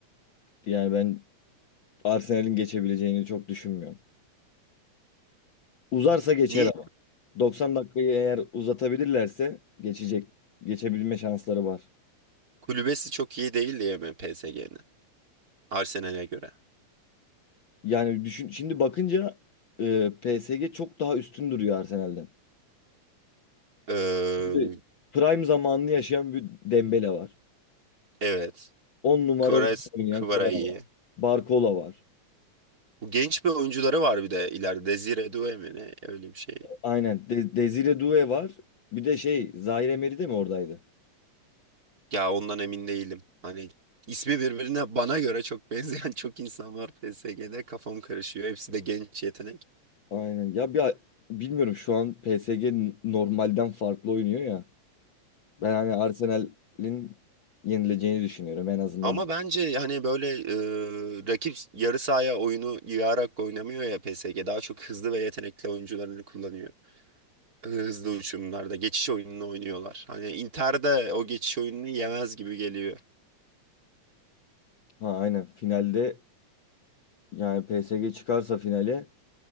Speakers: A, on the left; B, on the right.
A: Yani ben Arsenal'in geçebileceğini çok düşünmüyorum. Uzarsa geçer
B: Niye?
A: ama. 90 dakikayı eğer uzatabilirlerse geçecek. Geçebilme şansları var.
B: Kulübesi çok iyi değil diye mi PSG'nin? Arsenal'e göre.
A: Yani düşün, şimdi bakınca e, PSG çok daha üstün duruyor Arsenal'den.
B: Ee,
A: Şimdi prime zamanını yaşayan bir Dembele var.
B: evet.
A: 10 numara
B: Kvaras,
A: oynayan
B: Kvara
A: Kvara
B: iyi.
A: var. Barcola var.
B: Bu genç bir oyuncuları var bir de ileride. Desire Doué mi ne? Öyle bir şey.
A: Aynen. De Desire Doué var. Bir de şey Zaire Emery de mi oradaydı?
B: Ya ondan emin değilim. Hani ismi birbirine bana göre çok benzeyen <laughs> çok insan var PSG'de. Kafam karışıyor. Hepsi de genç yetenek.
A: Aynen. Ya bir bilmiyorum şu an PSG n- normalden farklı oynuyor ya. Ben hani Arsenal'in yenileceğini düşünüyorum en azından.
B: Ama bence hani böyle e, rakip yarı sahaya oyunu yığarak oynamıyor ya PSG. Daha çok hızlı ve yetenekli oyuncularını kullanıyor. Hızlı uçumlarda geçiş oyununu oynuyorlar. Hani Inter'de o geçiş oyununu yemez gibi geliyor.
A: Ha aynen finalde yani PSG çıkarsa finale